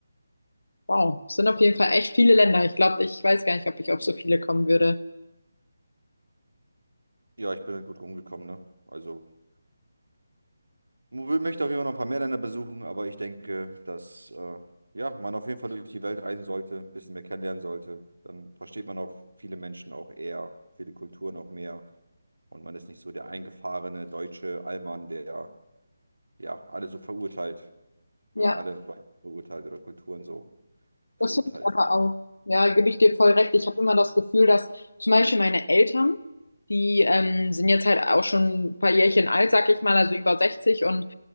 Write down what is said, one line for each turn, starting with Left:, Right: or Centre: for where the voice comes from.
Left: Wow. Es sind auf jeden Fall echt viele Länder. Ich glaube, ich weiß gar nicht, ob ich auf so viele kommen würde.
Right: Ja, ich bin halt gut rumgekommen, ne? Also, mo- möchte auf jeden Fall noch ein paar mehr Länder besuchen, aber ich denke, dass äh, ja, man auf jeden Fall durch die Welt reisen sollte, ein bisschen mehr kennenlernen sollte. Dann versteht man auch viele Menschen auch eher, viele Kulturen auch mehr. Und man ist nicht so der eingefahrene deutsche Allmann, der ja alle so verurteilt
Left: Ja.
Right: oder alle Leute verurteilt oder Kulturen so verurteilt.
Left: Das finde ich aber auch. Ja, gebe ich dir voll recht. Ich habe immer das Gefühl, dass zum Beispiel meine Eltern, die ähm, sind jetzt halt auch schon ein paar Jährchen alt, sag ich mal, also über 60 und